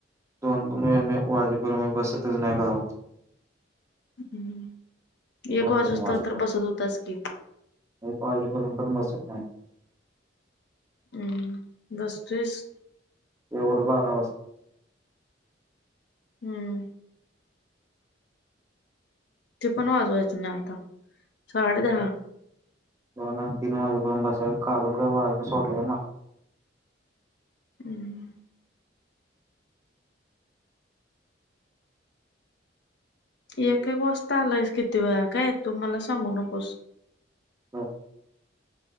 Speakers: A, on the right; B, on the left.
A: दोन दोन वाजेपर्यंत मी बसतच नाही गावात.
B: <unintelligible> एक
A: दोन
B: वाजू
A: दोन वाजेपर्यंत
B: तर बसत होतास की?
A: एक वाजेपर्यंत पण बसत नाय.
B: हम्म बसतोयस.
A: एवढ बारा वाजता.
B: हम्म ती पण वाजवायचं नाय आता साडे
A: <unintelligible>
B: दहा
A: दोन आणि तीन वाजेयपर्यंत काढून काय वाऱ्यावर सोडलया का मला
B: हम्म <unintelligible> एक एक वाजता आलायस किती वेळा काय तू मला सांगू नकोस
A: हा <unintelligible>